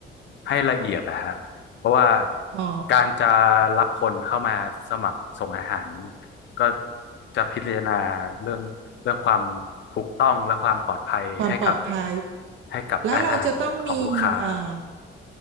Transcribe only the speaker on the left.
ให้ละเอียดนะฮะเพราะว่า
การจะรับคนเข้ามาสมัครส่งอาหาร ก็จะพิจารณาเรื่องเรื่องความถูกต้องและความปลอดภัยให้กับ
ให้กับอาหารของลูกค้า